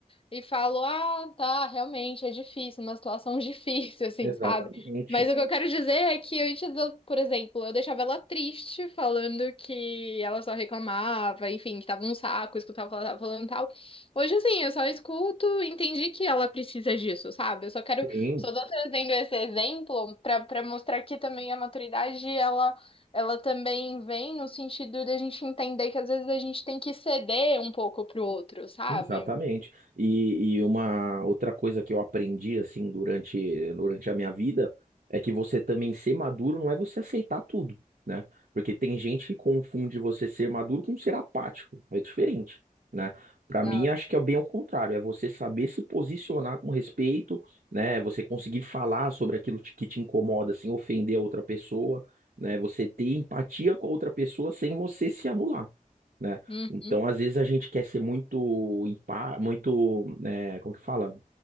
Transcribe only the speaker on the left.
e falo, ah, tá, realmente é difícil, uma situação <laughs> difícil, assim,
sabe? Mas o que eu quero dizer é que antes, eu, por exemplo, eu deixava ela triste, falando que ela só reclamava, enfim, que tava um saco, escutava o que ela tava falando e tal. Hoje, assim, eu só escuto e entendi que ela precisa disso, sabe? Eu só quero,
só tô trazendo esse exemplo pra para mostrar que também a maturidade, ela, ela também vem no sentido da gente entender que às vezes a gente tem que ceder um pouco pro outro, sabe?
Exato.
Uhum,